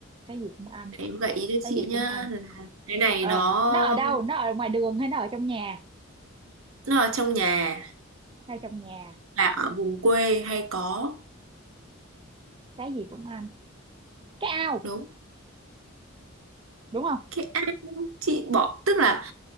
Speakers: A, on the right; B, on the right.
A: cái gì cũng ăn
B: em gợi ý cho
A: cái
B: chị
A: gì
B: nhá
A: cũng ăn
B: là cái này
A: ờ
B: nó
A: nó ở đâu nó ở ngoài đường hay nó ở trong nhà
B: nó ở trong nhà
A: nó ở trong nhà
B: là ở vùng quê hay có
A: cái gì cũng ăn cái ao
B: đúng
A: đúng không
B: cái ao chị bỏ tức là